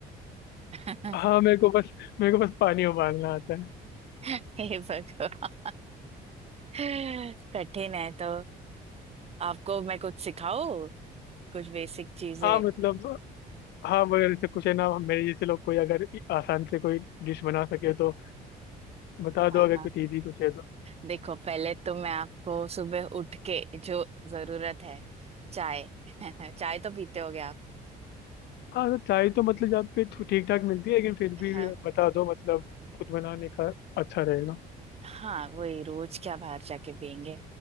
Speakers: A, on the right; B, on the left.
A: <laughs>
B: हाँ मेरे को बस मेरे को बस पानी उबालना आता है
A: हे भगवान कठिन है तो आपको मैं कुछ सिखाओ कुछ बेसिक चीजें
B: हाँ मतलब हाँ मगर जैसे कुछ है ना मेरे जैसे लोग कोई अगर आसान से कोई डिश बना सके तो बता दो
A: हाँ
B: अगर
A: हाँ
B: कुछ इजी कुछ है तो
A: देखो पहले तो मैं आपको सुबह उठ के जो जरूरत है चाय <laughs> चाय तो पीते होगे आप
B: हाँ तो चाय तो मतलब यहाँ पे ठीक ठाक मिलती है लेकिन फिर भी
A: हाँ
B: बता दो मतलब खुद बनाने का अच्छा रहेगा
A: हाँ वही रोज क्या बाहर जाके पियेंगे